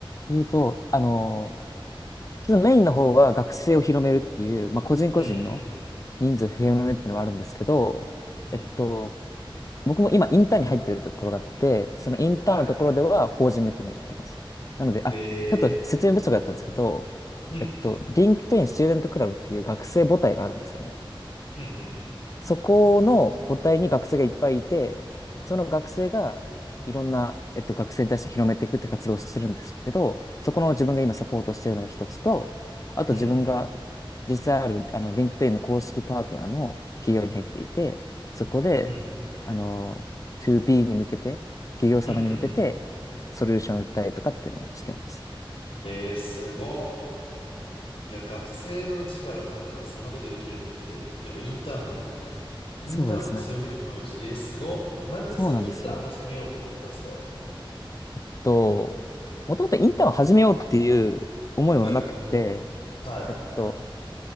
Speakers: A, on the left; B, on the left.
A: 言うと、あの、ちょっとメインの方は学生を広めるっていう、まあ、個人個人の
B: うんうん
A: 人数を広めるっていうのはあるんですけど、
B: うん。
A: えっと、
B: うん。
A: 僕も今インターンに入ってるところがあって、そのインターンのところでは法人向けにやってます。
B: はい。
A: なので、あ、
B: で、
A: ちょっと説明不足だったんですけど、
B: うん、
A: えっと、リンクトインスチューデントクラブっていう学生母体があるんですよね。
B: うん、うん、
A: そこの母体に学生がいっぱいいて、その学生がいろんな、えっと、学生に対して広めていくって活動をしてるんですけど、そこの自分が今サポートしてるのが一つと、あと自分が
B: うん、
A: 実際ある、あの、LinkedIn の公式パートナーの企業に入っていて、そこで、
B: うん。
A: あの、2B に向けて、企業様に向けて、
B: うんうんうん。
A: ソリューションを売ったりとかっていうのをしてます。
B: えー、すごっ。いや、学生のうちからなんか、そんなことできるのって、やっぱインターンの、インターンの強みでもあるし、
A: そうですね。
B: えー、すごっ。なんでそう、
A: そうなんですよ。
B: インターン始めようと思ったんですか
A: えっと、もともとインターンを始めようっていう思いはなくて、
B: うんうん。はい。
A: えっと、